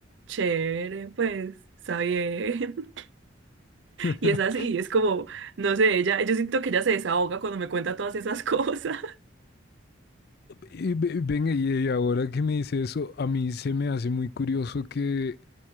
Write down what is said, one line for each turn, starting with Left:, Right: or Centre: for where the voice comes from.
Right: chévere, pues, está bien.
Left: <laughs>
Right: Y es así, es como, no sé, ella, yo siento que ella se desahoga cuando me cuenta todas esas cosas.
Left: Y ve- Venga, y y ahora que me dice eso, a mí se me hace muy curioso que